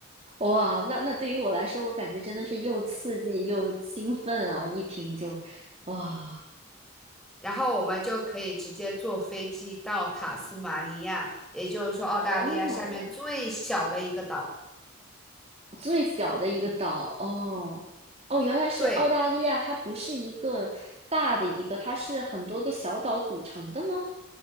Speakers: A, on the right (about 30°); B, in the centre.
A: 哇，那那对于我来说，我感觉真的是又刺激又兴奋啊！一听就，哇，
B: 然后我们就可以直接坐飞机到塔斯马尼亚，也就是说澳大利亚下面最小的一个岛。
A: 哦，最小的一个岛，哦哦，原来是澳大利亚，
B: 对，
A: 它不是一个大的一个，它是很多个小岛组成的吗？